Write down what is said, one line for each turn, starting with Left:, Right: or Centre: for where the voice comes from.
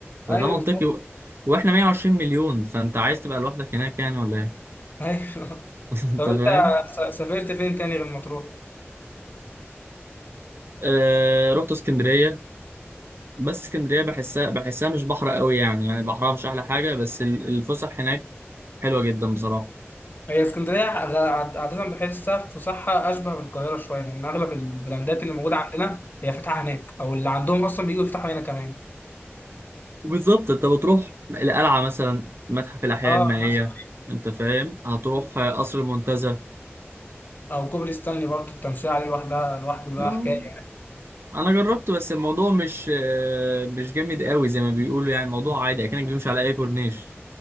Right: فده
Left: ايوه
Right: منطقي
Left: بالظبط
Right: و... واحنا 120 مليون فانت عايز تبقى لوحدك هناك يعني ولا ايه
Left: ايوه <laughs>
Right: <laughs> انت
Left: طب انت
Right: فاهم
Left: س- سافرت فين تاني غير مطروح؟
Right: آه... رحت اسكندريه بس اسكندريه بحسها بحسها مش بحر قوي يعني يعني بحرها مش احلى حاجه بس ال- الفسح هناك حلوه جدا بصراحه
Left: هي اسكندرية غ- عاد- عادة بحسها فسحة اشبه بالقاهرة شوية لان اغلب البراندات اللي موجودة عندنا هي فاتحة هناك او اللي عندهم اصلا بييجوا يفتحوا هنا كمان
Right: وبالظبط انت بتروح القلعة مثلا متحف الأحياء
Left: اه
Right: المائية
Left: مثلا
Right: انت فاهم هتروح قصر المنتزه
Left: او كوبري ستانلي برضو التمشية عليه لوحدها لوحده ده
Right: اه،
Left: حكاية
Right: انا جربت بس الموضوع مش اه، مش جامد قوي زي ما بيقولوا يعني الموضوع عادي اكنك بتمشي على اي كورنيش